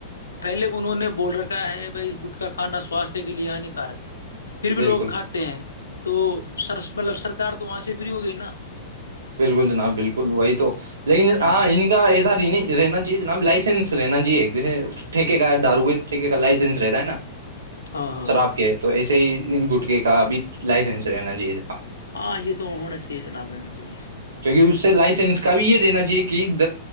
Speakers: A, on the left; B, on the right.
A: پہلے انہوں نے بول رکھا ہے بھائی گٹکا کھانا سوستھ کے لیے ہانیکارک ہے پھر بھی
B: بالکل
A: لوگ کھاتے ہیں تو سر مطلب سرک تو وہاں سے فری ہو گئی نا
B: بالکل جناب بالکل وہی تو لیکن
A: ہوں
B: ہاں ان کا ایسا رہنا چاہیے جناب لائسنس رہنا جی جیسے ٹھیکے کا دار ہوئے ٹھیکے کا لائسنس رہتا ہے نا
A: ہاں ہاں
B: شراب کے تو ایسے ہی گٹکے کا ا بھی لائسنس رہنا چاہے
A: آاں یہ تو ہونا چیز نہو چاہیے
B: کیونکہ اس سے لائسنس کا بھی یہ دینا چاہیے کہ